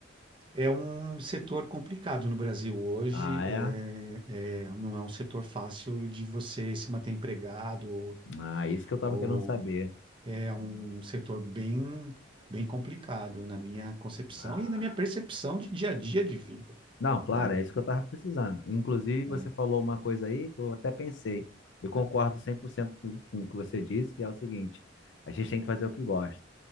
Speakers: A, on the right (about 25°); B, on the left (about 70°).
A: é um setor complicado no Brasil hoje,
B: Ah, é?
A: é, é, não é um setor fácil de você se manter empregado, ou,
B: Ah, isso que eu tava
A: ou
B: querendo saber.
A: é um setor bem, bem complicado na minha concepção
B: Ah,
A: e na minha percepção de dia a dia de vida,
B: não, claro,
A: né?
B: é isso que eu tava precisando. Inclusive, você
A: É.
B: falou uma coisa aí que eu até pensei. Eu concordo 100% com com o que você disse, que é o seguinte: a gente tem que fazer o que gosta.